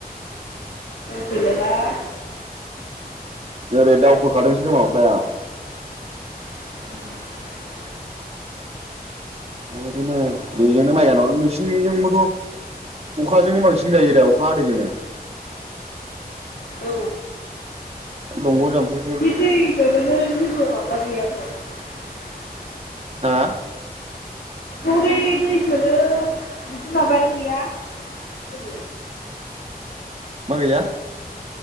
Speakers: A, on the left; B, on the right.
A: फैलायबाय
B: ओरै दावखोखादोंसो अखाया
A: <unintelligible>
B: बेबायदिनो बेजोंनो माइ गायनांगौ नोंसिनिजोंबोथ अखाजोंनो बांसिन जायो दा अखा दैैजोंनो
A: औ
B: दंङ जाम्फै
A: <unintelligible> <unintelligible>
B: हा
A: हरै दै सोनो बिदि माबायानो गैया जेबो
B: मागैया